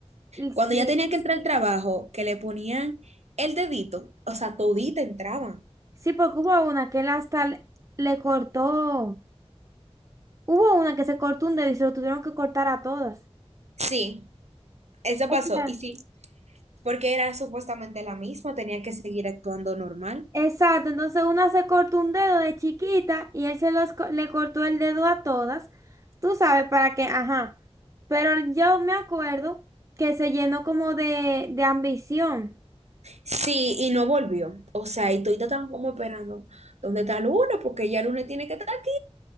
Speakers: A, on the right; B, on the right.
A: Y Sí.
B: Cuando ella tenía que entrar al trabajo, que le ponían el dedito, o sea, todita entraban.
A: Sí, porque hubo una que él hasta le, le cortó. Hubo una que se cortó un dedo y se lo tuvieron que cortar a todas.
B: Sí, eso
A: O
B: pasó.
A: sea.
B: Y sí, porque era supuestamente la misma, tenía que seguir actuando normal.
A: Exacto, entonces una se cortó un dedo de chiquita y él se los, co- le cortó el dedo a todas, tú sabes para qué, ajá, pero yo me acuerdo que se llenó como de, de ambición.
B: Sí, y no volvió. O sea, y todita estaban como esperando, ¿dónde está Luna? Porque ya Luna tiene que estar aquí,